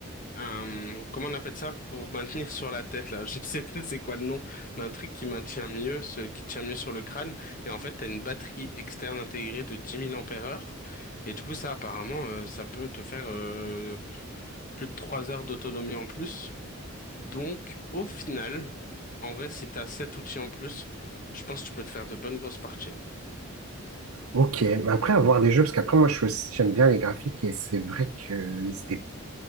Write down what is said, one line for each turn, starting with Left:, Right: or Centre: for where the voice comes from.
Left: un comment on appelle ça pour <laughs> maintenir sur la tête là, <laughs> je sais plus c'est quoi le nom, mais un truc qui maintient mieux, ce qui tient mieux sur le crâne et en fait t'as une batterie externe intégrée de dix mille ampères-heure et du coup ça apparemment euh, ça peut te faire euh, plus de 3 heures d'autonomie en plus. Donc, au final, en vrai, si t'as sept outils en plus, je pense que tu peux te faire de bonnes grosses parties.
Right: Ok, mais après avoir les jeux, parce qu'après moi je suis aussi- j'aime bien les graphiques et c'est vrai que ils étaient-